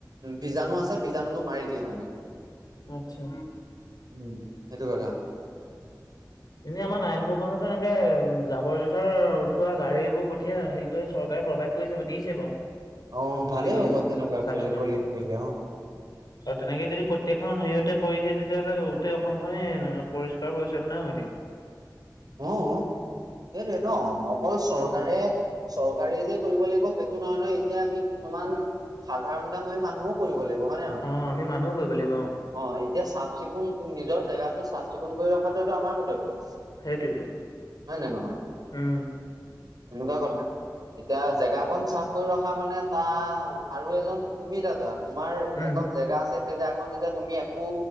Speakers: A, on the right (about 65°); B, on the left (about 60°).
A: বীজাণু আছে। বীজাণুটো মাৰি দিয়ে মানে।
B: আচ্ছা!
A: উম। সেইটো কথা।
B: এনেই আমাৰ নাৰায়ণপুৰ খনতো এনেকে, উম, জাবৰ জোঁথৰ উঠোৱা গাড়ীবোৰ পঠিয়া হেৰি চৰকাৰে চৰকাৰে প্ৰভাইড কৰি দিছে বাৰু।
A: অ ভালেই
B: গলী গলী
A: হ'ব
B: এনেকে
A: তেনেকুৱা
B: চ চাফ
A: কৰিলে
B: চিকুণ
A: গলিত
B: আৰু।
A: কৰিলে অ
B: তেনেকে যদি গোটেইখন হেৰিয়তে কৰি দিয়ে, তেতিয়াহ'লে গোটেই অসমখনে পৰিষ্কাৰ পৰিচ্ছন্ন হৈ থাকিব।
A: অ, সেইটোৱে ন। অকল চৰকাৰে
B: উম
A: চৰকাৰে যে কৰিব লাগিব, সেইটো নহয় নহয়। এতিয়া আমি কিছুমান সাধাৰণ কাম আমি মানুহও কৰিব লাগিব। গৰমে নে নহয়।
B: অ আমি মানুহ কৰিব লাগিব অ
A: অ এতিয়া চাফ চিকুণ নিজৰ জেগাটো চাফ চিকুণ কৰি ৰখাটো এইটো আমাৰ কৰ্তব্য।
B: সেইটোৱেতো
A: হয় নে নহয়?
B: উম।
A: তেনেকুৱা কথা। এতিয়া জেগাকন চাফ কৰি ৰখা মানে, তাৰ আৰু এজন তুমি ত তোমাৰ
B: উম
A: এখন জেগা আছে, এই যে আকৌ যেতিয়া তুমি একো